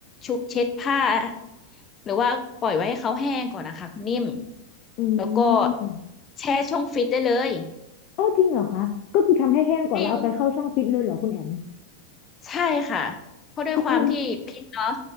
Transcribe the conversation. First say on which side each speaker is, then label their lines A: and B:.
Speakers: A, on the left (about 25°); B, on the left (about 40°).
A: ชุบเช็ดผ้าหรือว่าปล่อยไว้ให้เขาแห้งก่อนนะคะคุณนิ่ม
B: อื
A: แล้วก็
B: ม
A: แช่ช่องฟิตได้เลย
B: โอ้จริงเหรอคะก็คือทำให้แห้งก่อนแล้วเอาไปเข้าช่องฟิตเลยเหรอคุณแอม
A: จริง ใช่ค่ะเพราะด้วยความที่พริกเนาะ
B: จริงคุณ